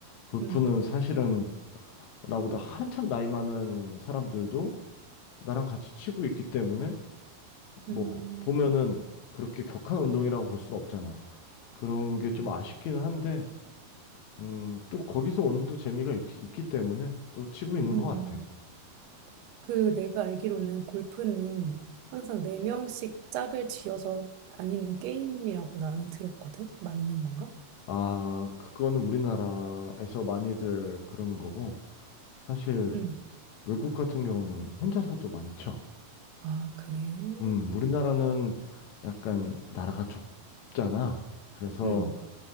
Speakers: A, on the left (about 70°); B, on the right (about 85°).
A: 골프는
B: 음,
A: 사실은 나보다 한참 나이 많은 사람들도 나랑 같이 치고 있기 때문에 뭐
B: 음,
A: 보면은 그렇게 격한 운동이라고 볼 수는 없잖아. 그런
B: 음,
A: 게 좀 아쉽기는 한데 음, 또 거기서 오는 또 재미가 있, 있기 때문에 또 치고 있는
B: 음.
A: 것 같아.
B: 그 내가 알기로는 골프는 항상 네명씩 짝을 지어서 다니는 게임이라고 나는 들었거든? 맞는 건가?
A: 아, 그거는 우리나라에서 많이들 그러는 거고, 사실
B: 음.
A: 외국 같은 경우는 혼자서도 많이 쳐.
B: 아, 그래.
A: 음, 우리나라는 약간 나라가 좁잖아. 그래서
B: 음.